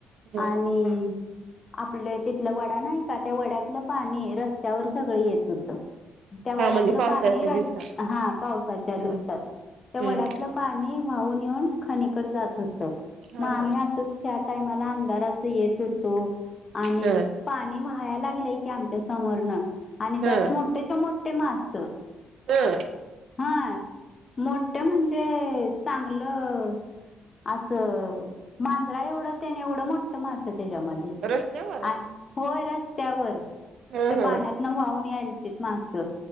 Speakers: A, on the right; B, on the left.
A: हा
B: आणि- आपलं तिथला वडा नाही का, त्या वड्यातलं पाणी रस्त्यावर सगळं येत होतं. त्या वड्यातलं
A: हा म्हणजे पावसाळच्या
B: पाणी रस-
A: दिवसात
B: हा, पावसाच्या दिवसात.
A: हा
B: त्या
A: हम्म
B: वड्यातलं पाणी वाहून येऊन खनीकडे जात होतं,
A: हा
B: मग आम्ही
A: हा.
B: असंच- त्या टायमाला अंधारात येत होतो आणि-
A: हा
B: पाणी व्हायला लागलंय की, आमच्या समोरनं आणि
A: हा
B: त्यात मोठ्याच्या मोठे मास.
A: हं <unintelligible>
B: हा, मोठ्या म्हणजे चांगलं- असं मांजरा एवढं त्याने एवढं मोठ मास त्याच्यामध्ये.
A: रस्त्यावर
B: आ- होय रस्त्यावर.
A: हा
B: त्या पाण्यातन
A: हा
B: वाहून यायलतीत मास